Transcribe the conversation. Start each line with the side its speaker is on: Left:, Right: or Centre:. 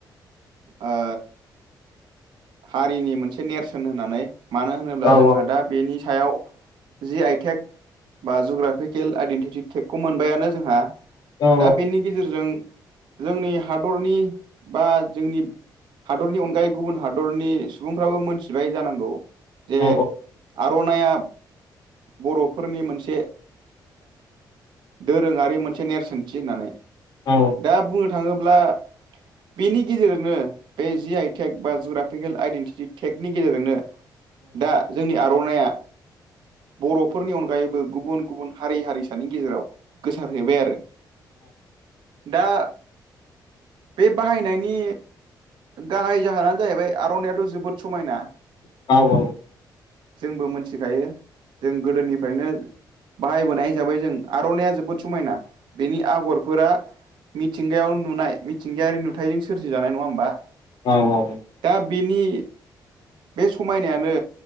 Right: ओ हारिनि मोनसे नेरसोन होननानै मानो होनोब्ला
Left: औ
Right: जोंहा दा बेनि सायाव जि आइ टेक बा जुग्राफिकेल आइडेन्टित टेकखौ मोनबायानो जोंहा
Left: औ
Right: दा बेनि गेजेरजों जोंनि हादरनि बा जोंनि हादरनि अनगायै गुबुन हादर हादरनि सुबुंफ्राबो मोनथिबाय जानांगौ जे
Left: औ
Right: आर'नाइया बर'फोरनि मोनसे दोरोङारि मोनसे नेरसोनथि होननानै
Left: औ
Right: दा बुंनो थाङोब्ला बेनि गेजेरनो बे जि आइटेक बा जुरा फपिकेल आइडेन्टिटि टेकनि गेजेरनो दा जोंनि आरो आरनाइया बर'फोरनि अनगायै अनगायैबो गुबुन गुबुन हारि हारिसानि गेजेराव गोसारहैबाय आरो दा बे बाहायनायनि गाहाय जाहोनानो जाहैबाय आर'नाइयाथ' जोबोद समायना
Left: औ औ
Right: जोंबो मिथिखायो जों गोदोनिफ्रायनो बाहायबोनाय हिसाबै जों आर'नाइया जोबोद समायना बेनि आगरफोरा मिथिंगायाव नुनाय मिथिंगायारि नुथायजों सोरजिजानाय नङा होमबा
Left: औ औ
Right: दा बेनि बे समायनायानो